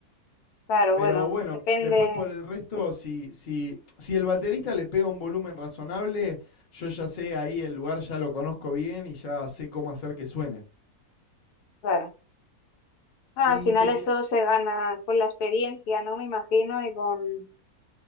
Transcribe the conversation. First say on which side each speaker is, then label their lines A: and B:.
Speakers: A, on the left (about 85°); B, on the left (about 40°).
A: claro,
B: Pero
A: bueno,
B: bueno,
A: depende,
B: después por el resto, si, si, si el baterista le pega un volumen razonable, yo ya sé ahí el lugar, ya lo conozco bien y ya sé cómo hacer que suene.
A: claro. No, al
B: Y
A: final
B: te
A: eso
B: que...
A: se gana con la experiencia, ¿no? Me imagino, y con...